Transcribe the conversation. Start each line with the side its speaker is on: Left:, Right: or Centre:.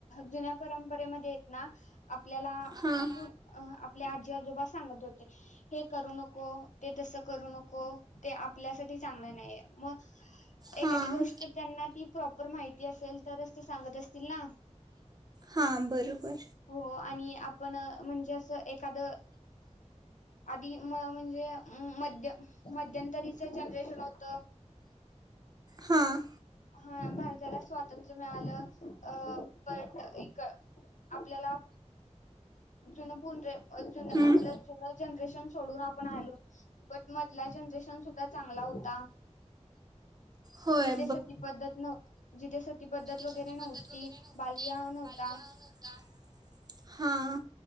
Left: जुन्या परंपरेमध्ये आपल्याला
Right: हां
Left: आपण अ आपले आजी आजोबा सांगत होते हे करू नको ते तसं करू नको ते आपल्यासाठी चांगलं नाही मग
Right: हां
Left: एखादी गोष्ट त्यांना ती प्रॉपर माहिती असेल तरच ते सांगत असतील ना.
Right: हां बरोबर
Left: हो आणि आपण म्हणजे असं एखाद. आधी म म्हणजे मध्य मध्यंतरीचं जनरेशन होत.
Right: हां
Left: हा भारी झालं असत. स्वातंत्र मिळालं अ पण इ आपल्याला..... जुनं जुनं आपलं
Right: हं.
Left: जुन जनरेशन सोडून आपण आलो बट मधला जनरेशन सुद्धा चांगला होता
Right: होय
Left: जिथे सती पद्धत जिथे सती पद्धत....
Right: सती
Left: वगैरे नव्हती
Right: पद्धत वगैरे नव्हती
Left: बालविवाह नव्हता
Right: बालविवाह नवता हा.